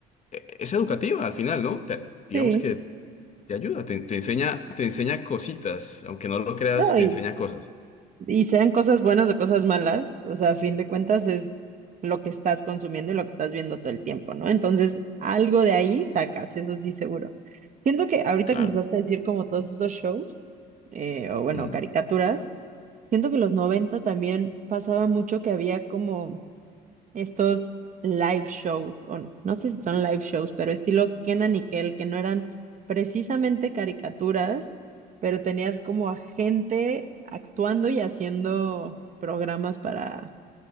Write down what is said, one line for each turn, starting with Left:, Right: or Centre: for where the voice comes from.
Left: e- es educativa al final, ¿no? Te- digamos
Right: sí.
Left: que te ayuda, te, te enseña, te enseña cositas, aunque no lo creas,
Right: No,
Left: te
Right: y
Left: enseña cosas.
Right: Y sean cosas buenas o cosas malas, o sea, a fin de cuentas es lo que estás consumiendo y lo que estás viendo todo el tiempo, ¿no? Entonces, algo de ahí sacas, eso sí seguro. Siento que ahorita
Left: Claro.
Right: que empezaste a decir como todos estos shows, eh, o bueno,
Left: Mm,
Right: caricaturas, siento que los 90 también pasaba mucho que había como estos live shows, o no sé si son live shows, pero estilo Kenan y Kel, que no eran precisamente caricaturas, pero tenías como a gente actuando y haciendo programas para,